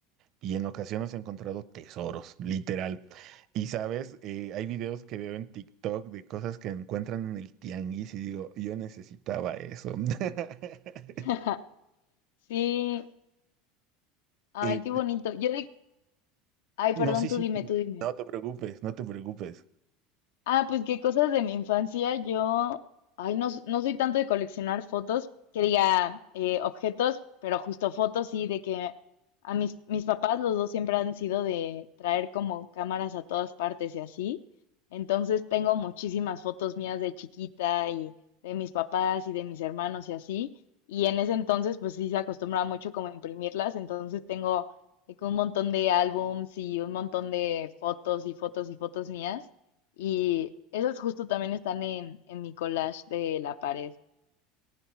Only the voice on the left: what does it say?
<laughs> Sí, ay,
qué bonito. Yo de... Ay,
perdón,
tú
dime,
tú dime.
Ah, pues qué cosas de mi infancia. Yo, ay, no, s- no soy tanto de coleccionar fotos, que diga eh, objetos, pero justo fotos, sí, de que a mis, mis papás los dos siempre han sido de traer como cámaras a todas partes y así. Entonces tengo muchísimas fotos mías de chiquita y de mis papás y de mis hermanos y así. Y en ese entonces, pues sí se acostumbraba mucho como a imprimirlas. Entonces tengo de que un montón de álbums y un montón de fotos y fotos y fotos mías. Y esos justo también están en, en mi collage de la pared.